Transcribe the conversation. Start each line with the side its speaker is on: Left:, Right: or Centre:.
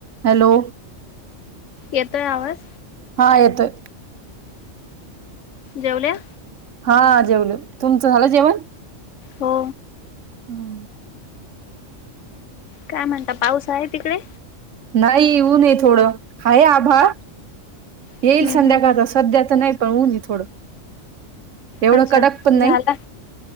Right: Hello.
Left: येतोय आवाज.?
Right: हा येतोयं.
Left: जेवल्या.?
Right: हा जेवलो. तुमचं झालं जेवण?
Left: हो.
Right: हम्म.
Left: काय म्हणता पाऊस आहे तिकडे.?
Right: नाही ऊनआहे. थोडं. हाय आभाळ येईल
Left: हम्म
Right: संध्याकाळच
Left: हम्म
Right: सध्या तरं नाही. पण ऊन आहे थोडं. एवढं
Left: अच्छा
Right: कडक पण नाही
Left: झाला.